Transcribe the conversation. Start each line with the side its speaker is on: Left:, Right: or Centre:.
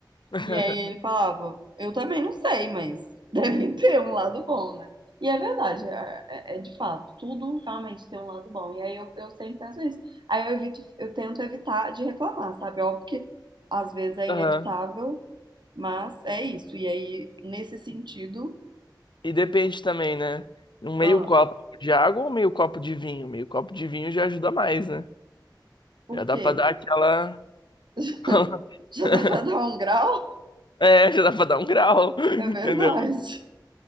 Left: <laughs>
Right: E aí ele falava, eu também não sei, mas deve <laughs> ter um lado bom, né? E é verdade, é, é- é de fato, tudo realmente tem um lado bom. E aí eu, eu sempre penso nisso. Aí eu evito, eu tento evitar de reclamar, sabe? É Óbvio que às vezes é
Left: Aham.
Right: inevitável, mas é isso. E aí, nesse sentido,
Left: E depende também, né? Um meio
Right: ah,
Left: copo de água ou meio copo de vinho? Meio copo de vinho já ajuda mais, né?
Right: por
Left: Já dá
Right: quê?
Left: pra dar aquela.
Right: <laughs>
Left: <laughs>
Right: Já dá pra dar um grau?
Left: É, <laughs> já dá pra dar um grau, <laughs>
Right: É verdade.
Left: entendeu?
Right: <laughs>